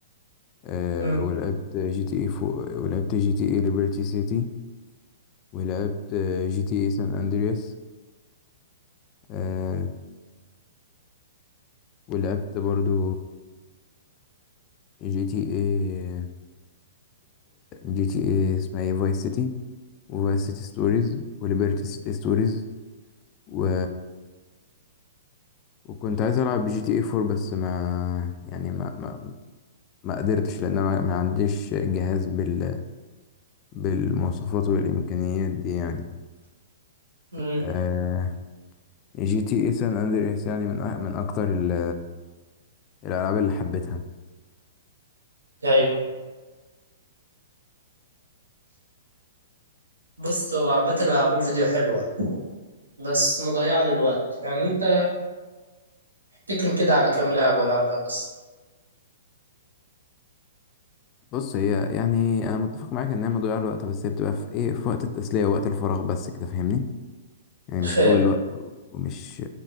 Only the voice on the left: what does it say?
آه
ولعبت جي تي اي 4 ولعبت جي تي اي ليبرتي سيتي ولعبت جي تي اي سان اندرياس آه ولعبت برضو جي تي اي جي تي اي اسمها ايه فايس سيتي وفايس سيتي ستوريز وليبرتي سيتي ستوريز و وكنت عايز العب جي تي اي 4 بس ما يعني ما ما ما قدرتش لان أنا ما ما عنديش جهاز بال... بالمواصفات والامكانيات دي يعني
آه... جي تي اي سان اندريس يعني من أ... من اكتر ال... الالعاب اللي حبيتها
بص هي يعني انا متفق معاك ان هي مضيعه للوقت بس هي بتبقى في ايه في وقت التسليه ووقت الفراغ بس كده فاهمني يعني مش
طول الوقت ومش